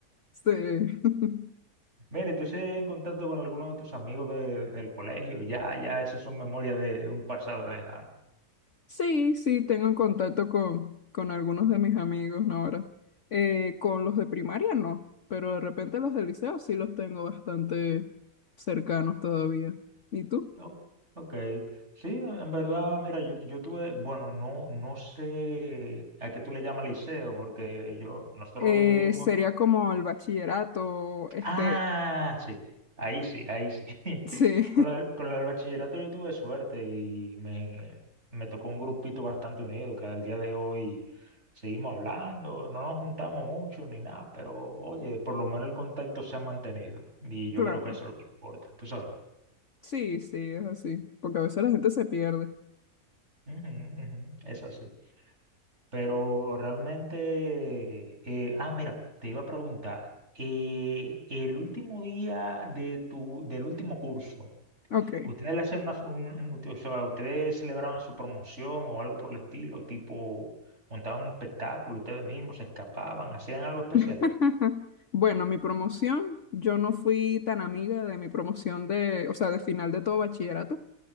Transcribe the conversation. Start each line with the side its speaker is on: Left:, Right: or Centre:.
Left: Sí. <laughs>
Right: Mira, ¿y tú sigues en contacto con alguno de tus amigos de- del colegio, ya, ya, esos son memorias de, de un pasado lejano.
Left: Sí, sí, tengo en contacto con, con algunos de mis amigos ¿no? ahora. Eh, con los de primaria no, pero de repente los del liceo sí los tengo bastante cercanos todavía. ¿Y tú?
Right: O- ok, sí, en verdad, mira, yo, yo tuve, bueno, no, no sé a qué tú le llamas liceo, porque yo, nosotros
Left: Eh,
Right: lo dividimos
Left: sería como el bachillerato, este,
Right: Ah, sí, ahí sí, ahí sí. <laughs>
Left: sí,
Right: Con la, con la del bachillerato yo tuve suerte y me, me tocó un grupito bastante unido que al día de hoy seguimos hablando, no nos juntamos mucho ni nada, pero oye, por lo menos el contacto se ha mantenido y yo
Left: <laughs> claro.
Right: creo que eso es lo que importa, tú sabes.
Left: Sí, sí, es así, porque a veces la gente se pierde.
Right: Ujú, ujú, es así. Pero realmente, eh, ah, mira, te iba a preguntar, eh, el último día de tu, del último curso.
Left: Ok.
Right: ¿Ustedes le hacen una, un- un- o sea, ustedes celebraban su promoción o algo por el estilo, tipo montaban un espectáculo ustedes mismos, se escapaban, hacían algo especial?
Left: <laughs> Bueno, mi promoción, yo no fui tan amiga de mi promoción de, o sea, de final de todo bachillerato.